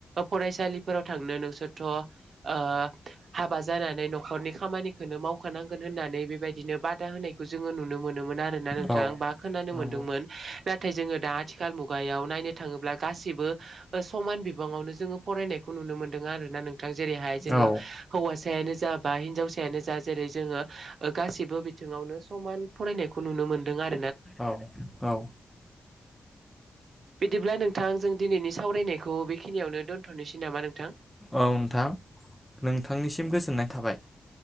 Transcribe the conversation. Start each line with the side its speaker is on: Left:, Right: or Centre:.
Right: फरायसालिफोराव थांनो नोंसोरथ' ओ- हाबा जानानै न'खरनि खामानिखौनो मावखानांगोन होननानै बेबायदिनो बादा होनायखौ जोङो नुनो मोनोमोन आरो होन नोंथां
Centre: औ
Right: बा खोनानो
Centre: नंगौ
Right: मोनदोंमोन नाथाय जोङो दा आथिखाल मुगायाव नायनो थाङोब्ला गासिबो समान बिबाङावनो जोङो फरायनायखौ नुनो मोनदों आरोना नों थां जेरैहाय जोङो
Centre: औ
Right: हौवासायानो जााबा हिनजावसायानो जा जेरै जोङो गासिबो बिथिङावनो समान फरायनायखौ नुनो मोनदों आरो
Centre: औ औ
Right: बिदिब्ला नोंथां जों दिनैनि सावरायनायखौ बेखिनियावनो दोनथ'नोसै नामा नोंथां
Centre: औ नोंथां नोंथांनिसिम गोजोननाय थाबाय